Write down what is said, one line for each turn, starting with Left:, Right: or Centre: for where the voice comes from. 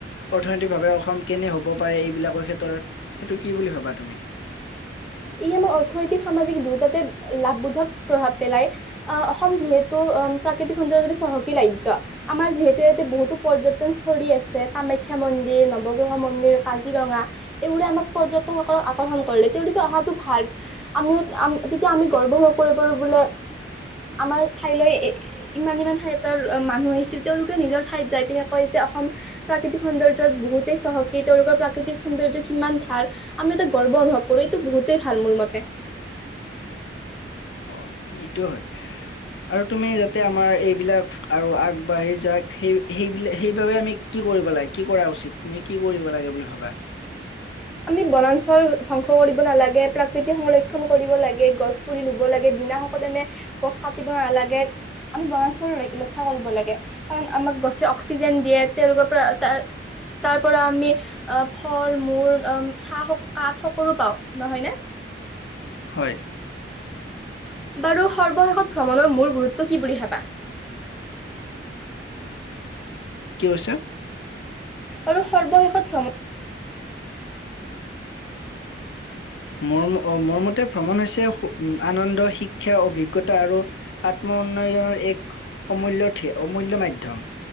Left: অৰ্থনৈতিকভাৱে অসম কেনে হ'ব পাৰে এইবিলাকৰ ক্ষেত্ৰত সেইটো কি বুলি ভাবা তুমি
Centre: ই আমাৰ অৰ্থনৈতিক সামাজিক দুয়োটাতে লাভবোধক প্ৰভাৱ পেলায়। আহ অসম যিহেতু প্ৰাকৃতিক সৌন্দৰ্যৰ বাবে চহকী ৰাজ্য আমাৰ যিহেতু ইয়াতে বহুতো পৰ্যটন স্থলী আছে কামাখ্যা মন্দিৰ নৱগ্ৰহ মন্দিৰ কাজিৰঙা এইবোৰে আমাক পৰ্যটক সকলক আকৰ্ষণ কৰে তেওঁলো কে অহাটো ভাল আমিও তেতিয়া আমি গৰ্ব <unintelligible> কৰিব বোলে আমাৰ ঠাইলৈ এ ইমান ইমান ঠাইৰ পৰা মানুহ আহিছিল তেওঁওলোকে নিজৰ ঠাইত যাই পিনে কয় যে অসম প্ৰাক প্ৰাকৃতিক সৌন্দৰ্য্যত বহুতেই চহকী তেওঁলোকৰ প্ৰাকৃতিক সৌন্দৰ্য কিমান ভাল আমি এতিয়া গৰ্ব অনুভৱ কৰো তো বহুতেই ভাল মোৰ মতে
Left: অ সেইটোয়ে হয় আৰু তুমি যাতে আমাৰ এইবিলাক আৰু আগবাঢ়ি যাক সেই সেইবিলাক সেইবাবে আমি কি কৰিব লাগে কি কৰা উচিত তুমি কি কৰিব লাগে বুলি ভাবা
Centre: আমি বনাঞ্চল ধ্বংস কৰিব নালাগে প্ৰাকৃতিক সংৰক্ষণ কৰিব লাগে গছ পুলি ৰুব লব লাগে বিনা শকত এনে গছ কাটিব নালাগে আমি বনাঞ্চল ৰক্ষা কৰিব লাগে কাৰণ আমাক গছে অক্সিজেন দিয়ে তেওঁ লোকৰ পৰা তাৰ পৰা আমি আহ ফল মূল চাহ কাঠ সকলো পাওঁ নহয় নে?
Left: হয়
Centre: বাৰু সৰ্বশেষত ভ্ৰমণৰ মূল গুৰুত্ব কি বুলি ভাবা
Left: কি কৈছা
Centre: বাৰু সৰ্বশেষত ভ্ৰমণ
Left: মোৰ মতে ভ্ৰমণ হৈছে আনন্দ শিক্ষা অভিজ্ঞতা আৰু আত্ম উন্নয়নৰ এক অমূল্য অমূল্য মাধ্যম